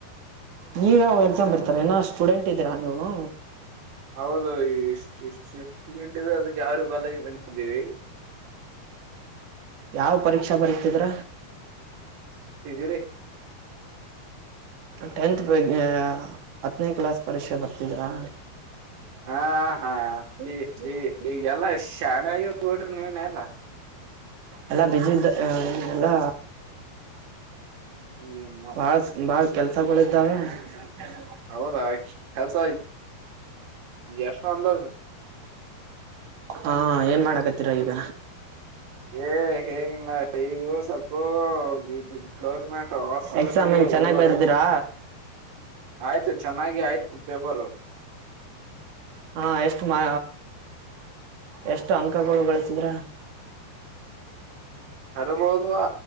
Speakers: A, on the right; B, on the right.
A: ನೀವ ಯಾವ ಎಕ್ಸಾಮ್ ಬರ್ತೀರಾ ಇನ ಸ್ಟೂಡೆಂಟ್ ಇದ್ದೀರಾ ನೀವು
B: ಹೌದು ಈ <unintelligible> ಟ ಿಫ್ಟಿಂಟ ಅದಕ್ಕೆ ಯಾರು ಪಾಲೆಗೆ ಬಂದಿದ್ದೀವಿ
A: ಯಾವ ಪರೀಕ್ಷಾ ಬರೀತಿದ್ರ
B: ತಿದ್ರಿ
A: ಟೆಂತ್ ಬಗ್ಗೆ ಹತ್ತನೇ ಕ್ಲಾಸ್ ಪರೀಕ್ಷೆ ಬರ್ತಿದ್ರಾ
B: ಹಾ ಹಾ ಈ ಈಗೆಲ್ಲಾ ಮ ಓಡ್ರಿ ನೀವನ ಎಲ್ಲಾ
A: ಎಲ್ಲ ಬಿಜಿದ್ದ ಎಲ್ಲಾ
B: ಹ್ಮ
A: ಬಾಳ್ ಬಾಳ ಕೆಲ್ಸಗಳ ಇದ್ದಾವೆ ಹ್ಮ
B: ಹೌದಾ ಕೆಲಸ ಎಷ್ಟ ಅಂದಾಜ
A: ಹಾ ಏನ್ ಮಾಡಕತ್ತೀರ ಈಗ
B: ಏ ಏನಮ್ಮ ಈಗ ಸ್ವಲ್ಪ ದು ಗೌರ್ಮೆಂಟ್ ಹಾಸ್ಪಿಟಲ್ಗೆ
A: ಎಕ್ಸಾಮ್ ಹಂಗ ಚೆನ್ನಾಗಿ
B: ಹೋಗಬೇಕು
A: ಬರದಿರಾ
B: ಆಯ್ತು ಚೆನ್ನಾಗಿ ಆಯ್ತು ಪೇಪರು
A: ಹಾ ಎಷ್ಟು ಮಾ ಎಷ್ಟು ಅಂಕ ಅಂಕಗಳು ಗಳಸಿದ್ರ
B: ಹರ್ಬೋದು